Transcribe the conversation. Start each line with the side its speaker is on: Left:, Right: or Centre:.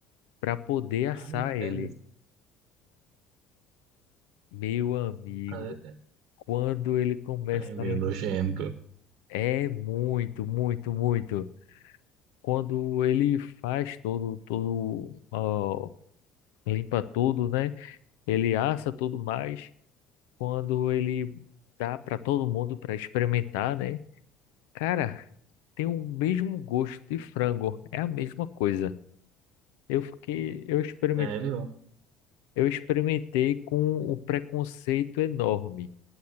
Left: para poder assar
Right: Ai,
Left: ele.
Right: velho.
Left: Meu amigo,
Right: Ai,
Left: quando ele começa
Right: ai, meu
Left: a limpar,
Right: nojento.
Left: é muito, muito, muito. Quando ele faz todo, todo, ó, limpa tudo, né? Ele assa tudo mais. quando ele dá para todo mundo para experimentar, né? Cara, tem o mesmo gosto de frango, é a mesma coisa. Eu fiquei, eu experimentei,
Right: Sério?
Left: eu experimentei com um preconceito enorme,